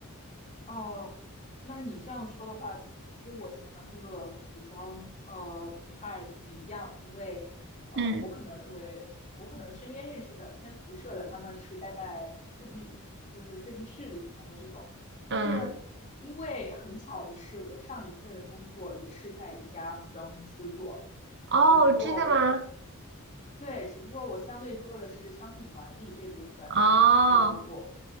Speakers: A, on the left; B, on the right.
A: 哦，那你这样说的话，可能跟我想象中的服装呃不太一样，因为呃，
B: 嗯
A: 我可能认为我可能身边认识的偏服设的，他们是待在设计就是设计室里面的这种，但是因为很巧的是，
B: 嗯，
A: 我上一份工作也是在一家服装公司做，
B: 哦，
A: 只不过。
B: 真的吗？
A: 对，只不过我相对做的是商品管理这部分，
B: 哦
A: 呃，我